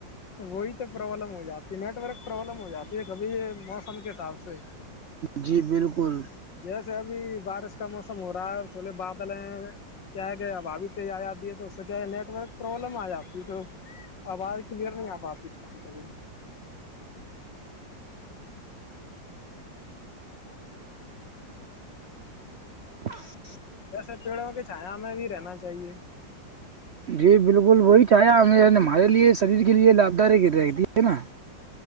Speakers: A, on the left (about 70°); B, on the right (about 55°).
A: وہی تو پرابلم ہو جاتی نیٹورک پرابلم ہو جاتی ہے کبھی موسم کے حساب سے
B: جی بالکل
A: جیسے ابھی بارش کا موسم ہو رہا ہے تھوڑے بادل ہیں کیا ہے کیا اب اابھی تیز آ جاتی ہے تو اس سے کیا ہے نیٹ ورک پروابلم آ جاتی ہے تو آواز کلیئر نہیں آ پاتی کبھی
B: ہ <unintelligible>
A: ویسے پیڑوں کے چائنا میں بھی رہنا چاہیے
B: جی بالکل وہی چاہیا ہم ہمارے لیے شریر کے لیے لابھداک رہتی ہے نا